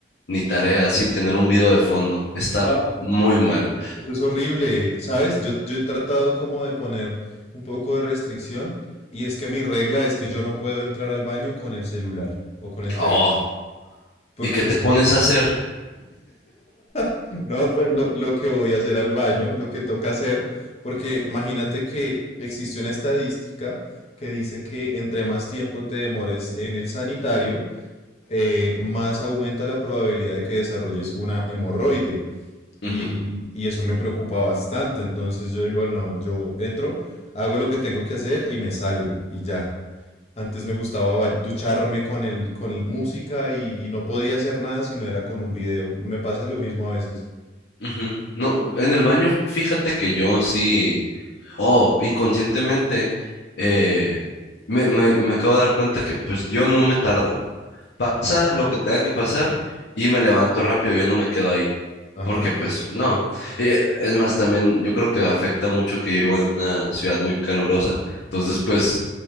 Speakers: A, on the left (about 70°); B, on the left (about 35°).
A: ni tareas, sin tener un video de fondo. Está
B: Ah,
A: muy mal.
B: Eso es horrible, ¿sabes? Yo, yo he tratado como de poner un poco de restricción y es que mi regla es que yo no puedo entrar al baño con el celular o con el teléfono.
A: Oh,
B: Porque
A: ¿y qué te
B: es
A: pones
B: que,
A: a hacer?
B: <laughs> no, pues lo, lo que voy a hacer al baño, lo que toca hacer, porque imagínate que existe una estadística que dice que entre más tiempo te demores en el sanitario, eh, más aumenta la probabilidad de que desarrolles una hemorroide. Y,
A: Ujú,
B: y eso me preocupa bastante. Entonces yo digo, no, yo entro, hago lo que tengo que hacer y me salgo y ya. Antes me gustaba ba- ducharme con el, con música y, y no podía hacer nada si no era con un video. Me pasa lo mismo a veces.
A: ujú. No, en el baño, fíjate que yo sí, oh, inconscientemente, eh, me, me me acabo de dar cuenta que pues yo no me tardo. pasa lo que tenga que pasar y me levanto rápido, yo no me quedo ahí,
B: Ajá.
A: porque pues no. Eh, es más, también yo creo que afecta mucho que vivo en una ciudad muy calurosa, entonces pues